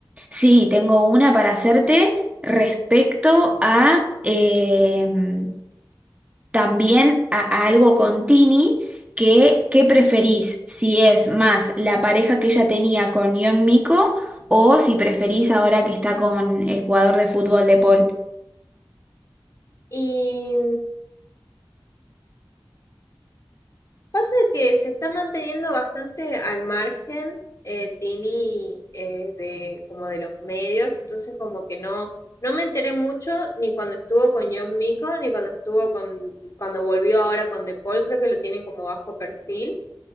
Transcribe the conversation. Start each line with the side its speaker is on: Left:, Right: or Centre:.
Right: sí, tengo una para hacerte respecto a eh, también a, a algo con Tini, que ¿qué preferís? Si es más la pareja que ella tenía con Young Miko o si preferís ahora que está con el jugador de fútbol de Paul.
Left: Y Pasa que se está manteniendo bastante al margen eh, Tini eh, de como de los medios, entonces como que no no me enteré mucho ni cuando estuvo con John Mico ni cuando estuvo con cuando volvió ahora con De Paul, creo que lo tienen como bajo perfil,